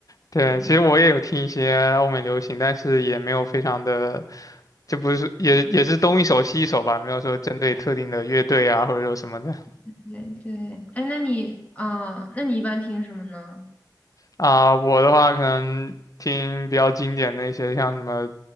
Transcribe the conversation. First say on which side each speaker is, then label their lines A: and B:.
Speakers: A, on the left; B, on the left.
A: 对，
B: 对
A: 其实我也有听一些欧美流行，但是也没有非常的，就不是也也是东一首西一首吧，没有说针对特定的乐队啊，或者说什么的。
B: 对对，哎，那你，啊、那你一般听什么呢？
A: 啊、我的话可能听比较经典的一些，像什么